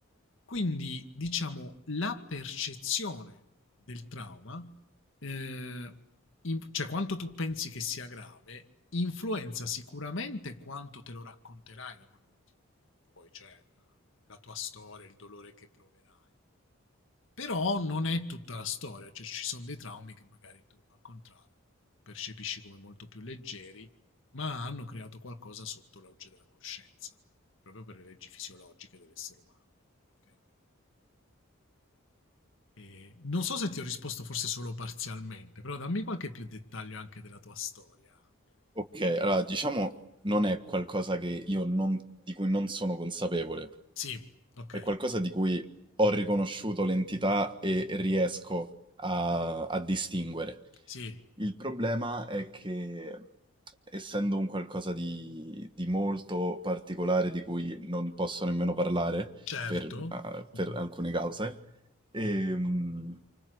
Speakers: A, on the left; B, on the right.
A: Quindi, diciamo, la percezione del trauma, eh, in- cioè quanto tu pensi che sia grave, influenza sicuramente quanto te lo racconterai da quel momento in in poi, cioè eh, la tua storia, il dolore che proverai. Però non è tutta la storia, cioè ci sono dei traumi che magari tu, al contrario, percepisci come molto più leggeri, ma hanno creato qualcosa sotto la luce della coscienza, proprio per le leggi fisiologiche dell'essere umano. ok? E non so se ti ho risposto forse solo parzialmente, però dammi qualche più dettaglio anche della tua storia, ovviamente.
B: Ok, allora diciamo non è qualcosa che io non, di cui non sono consapevole,
A: Sì, ok,
B: è qualcosa di cui ho riconosciuto l'entità e riesco a, a distinguere.
A: sì,
B: Il problema è che, essendo un qualcosa di, di molto particolare di cui non posso nemmeno parlare
A: certo,
B: per, eh,
A: uh-huh.
B: per alcune cause, ehm,